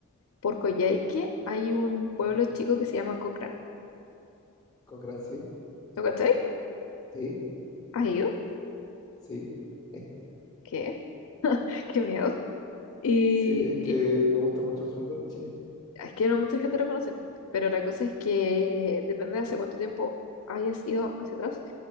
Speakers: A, on the left; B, on the left.
A: por Coyhaique hay un pueblo
B: ¿Eh?
A: chico que se llama Cochrane.
B: ¿Con gran sí?
A: ¿Lo cachai?
B: Sí,
A: ¿Has ido?
B: sí. <laughs>
A: ¿Qué? <laughs> Qué miedo. Y,
B: Sí, es que
A: y
B: me gusta mucho el sur de Chile.
A: Es que no mucha gente lo conoce, pero la cosa es que depende de hace cuánto tiempo hayas ido hacia atrás.